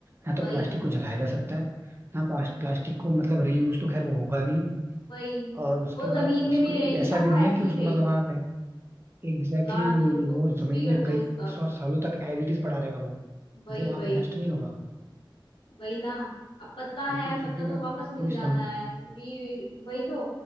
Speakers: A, on the right; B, on the left.
A: ना तो
B: वही
A: प्लास्टिक को जलाया जा सकता है ना पास- प्लास्टिक को मतलब रीयूज तो खैर वो होगा नहीं
B: वही
A: और उसके
B: वो
A: बाद
B: जमीन में
A: उसको
B: भी रहेगी
A: ऐसा
B: ना
A: भी
B: वो
A: नहीं
B: ऐसी
A: है कि
B: ही
A: उसको
B: रहेगी
A: मतलब वहाँ कहीं एग्जैक्टली
B: गाड़
A: exactly
B: दो उसको
A: वो
B: कुछ
A: जमीन
B: भी कर
A: में कई
B: दो उसका
A: सौ सालों तक एडिड पड़ा रहेगा वो
B: वही
A: वो वहाँ
B: वही
A: पे नष्ट नहीं होगा
B: वही ना अब पत्ता
A: लेकिन
B: है पत्ता
A: फिर भी
B: तो
A: ना
B: वापस मिल
A: कोई
B: जाना
A: समझ
B: है
A: नहीं।
B: री वही तो